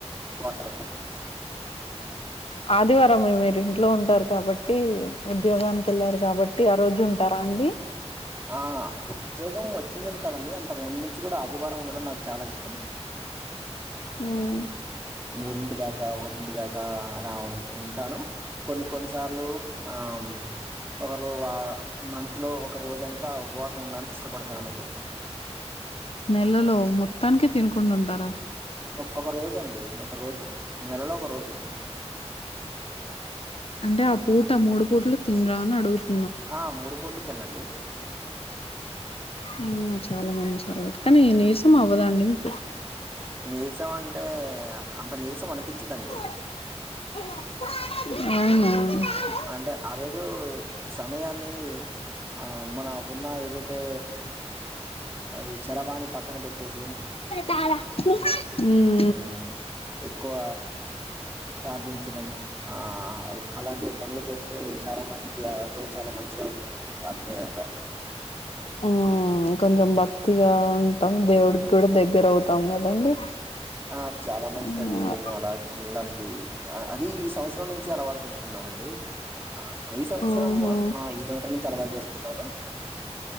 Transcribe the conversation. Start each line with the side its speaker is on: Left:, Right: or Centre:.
Right: వర్షం
Left: ఆదివారం మీ మీరు ఇంట్లో ఉంటారు కాబట్టి ఉద్యోగానికి వెళ్లార్ కాబట్ ట్టి ఆ రోజు ఉంటారా అండి
Right: ఆ ఉద్యోగం ఒచ్చిందని కాదండి, అంతకు ముందు నుంచి గుడా ఆదివారం ఉండడం నాకు చాలా ఇష్టం.
Left: ఉమ్మ్
Right: మూడింటి దాకా, ఒటింటి దాకా ఆ అలా ఉన్ ఉంటాను. కొన్ని కొన్ని సార్లు ఆమ్ ఒకరు ఆ మంత్ లో ఒకర్ రోజంతా ఉపవాసం ఉండటానికి ఇష్టపడతానండి.
Left: నెలలో మొత్తానికి తినకుండా ఉండారా
Right: ఒక్ ఒక రోజు అండి, ఒక రోజు నెలలో ఒక రోజు
Left: అంటే ఆ పూట మూడు పూట్లు తినరా అని అడుగుత్
Right: ఆ మూడు పూట్లు తిన్నండి
Left: ఉమ్ చాలా మంచి అలవాటు, కానీ నీరసం అవ్వదా అండి మీకు.
Right: నీరసం అంటే, ఆ అంత నీరసం అనిపించదండి.
Left: అవున ఉమ్
Right: అంటే ఆ రోజు ఈ సమయాన్ని ఆ మనకున్న ఏదైతే అది చరవానీ పక్కన పెట్టేసి
Left: తాళం ఉ ఉమ్
Right: ఉమ్మ్ ఎక్కువ ప్రార్థించడం ఆ అలాంటి పన్లు చేస్తే చాలా మట్టుక్ కి ఆ రోజు చాలా మంచిగా ఉంటుందండి ఆత్మీయత.
Left: ఉమ్ కొంచెం భక్తిగా ఉంటాం, దేవుడికి
Right: అవును.
Left: గుడా దగ్గరవుతాం కదండి.
Right: ఆ అది చాలా మంచిదండి
Left: ఉహు
Right: నేను అలా ఉండడానికి, ఆ అది ఈ సంవత్సరం నుంచే అలవాటు చేసుకున్నానండి. ఆ ఈ సంవత్సరం
Left: ఉహు
Right: ఆ అయి ఈ సంవత్సరం నుంచి అలవాటు చేసుకున్నాను